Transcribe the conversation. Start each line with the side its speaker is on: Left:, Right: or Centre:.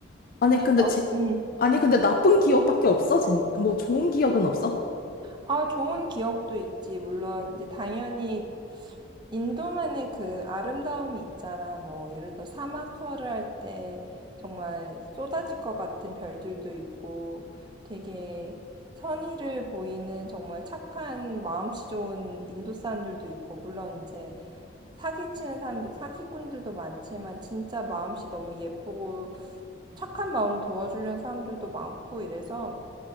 Left: 아니, 근데
Right: 아,
Left: 제,
Right: 음.
Left: 아니, 근데 나쁜 기억밖에 없어? 진, 뭐 좋은 기억은 없어?
Right: 아, 좋은 기억도 있지. 물론, 이제 당연히 인도만의 그 아름다움이 있잖아. 뭐, 예를 들어 사막 투어를 할 때 정말 쏟아질 것 같은 별들도 있고 되게 선의를 보이는 정말 착한 마음씨 좋은 인도 사람들도 있고, 물론 이제 사기치는 사람들, 사기꾼들도 많지만 진짜 마음씨 너무 예쁘고 착한 마음으로 도와주려는 사람들도 많고 이래서